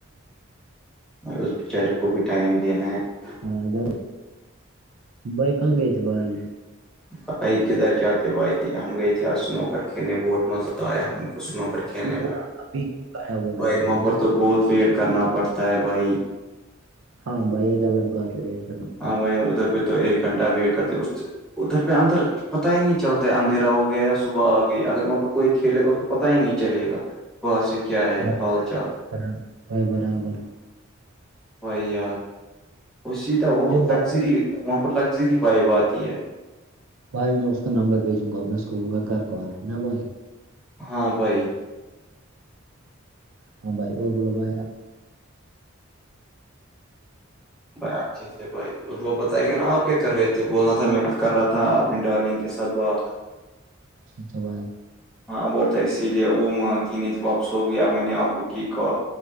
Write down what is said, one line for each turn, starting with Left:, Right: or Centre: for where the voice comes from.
Centre: اس بچار کو بھی ٹائم دینا ہے
Right: ہے۔ ادھر بھائی کاں گ تھ بھائی
Centre: <inaudible> بائک کدھر جاتے بھائی ہم گئے تھے آج سنوکر کھیلنے میں بہت مزہ آیا ہم کو سنوکر کھیلنے
Right: بولا
Centre: میں
Right: ابھی کیوں غائب ہو گئے
Centre: بھائی
Right: ابھی
Centre: وہاں پر
Right: نا
Centre: تو بہت ویٹ کرنا پڑتا ہے بھائی
Right: ہاں بھائی یہ غلط بات ہے ویٹ کرنا
Centre: بائی ادھر پہ تو ایک گھنٹہ ویٹ کرتی ادھر پہ اندر پت ہی نہیں چلتا ہے اندھیرا ہو گیا یا صبح آ گئی اگر وہاں پ پر کوئی کھیلے گا تو اس کو پتا ہی نہیں چلے گا وہاں سے کیا ہے
Right: بھائی
Centre: حال چال
Right: برابر بھائی برابر
Centre: بائی یار اس سیدھا وہ
Right: جو بھائی
Centre: لگژری وہاں پر لگژری وائب آتی ہے
Right: بھائی میں اس کا نمبر بھیجوں گا میں سولوں گا گ کون ہے نا بھائی
Centre: ہاں بھائی
Right: ہاں بھائی اور بولو بھائیار
Centre: بچھ ے بھائی وہ بتائے گا نا آپ کیا کر رہے تھے بولنا تھا میں کر رہا تھا اپنی ڈارلنگ کے ساتھ بات
Right: ٹھیک ہے بھائی
Centre: ہاں بولتا ہے اسی لیے وہ م د نہیں واپس ہو گیا میں نے آپ کو کی کہا